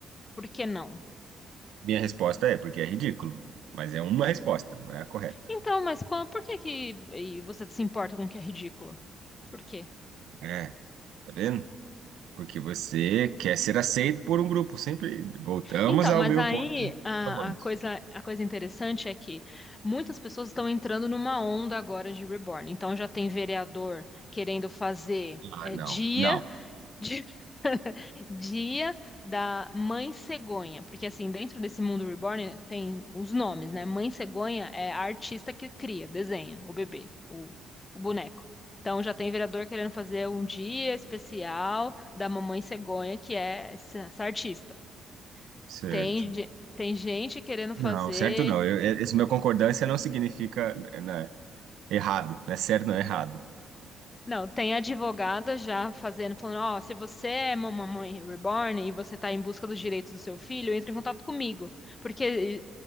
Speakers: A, on the left (about 25°); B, on the right (about 80°).
A: Por que não?
B: Minha resposta é porque é ridículo, mas é uma resposta, não é a correta.
A: Então, mas qual, por que que e você se importa com o que é ridículo? Por quê?
B: É, tá vendo? Porque você quer ser aceito por um grupo, sempre voltamos
A: Então,
B: ao
A: mas
B: meu
A: aí
B: ponto
A: a,
B: amante.
A: a coisa, a coisa interessante é que muitas pessoas estão entrando numa onda agora de reborn. Então já tem vereador querendo fazer
B: Ah,
A: é,
B: não,
A: dia
B: não,
A: de- <laughs> dia da mãe cegonha, porque assim dentro desse mundo reborn né, tem os nomes, né? Mãe cegonha é a artista que cria, desenha o bebê, o, o boneco. Então já tem vereador querendo fazer um dia especial da mamãe cegonha, que é essa essa artista.
B: certo.
A: Tem, ge- tem gente querendo fazer.
B: Não, certo não. Eu, e- esse meu concordância não significa, eh, né, errado, né? Certo não é errado.
A: Não, tem advogada já fazendo, falando: ó, se você é uma mamãe reborn e você está em busca dos direitos do seu filho, entre em contato comigo. Porque eh,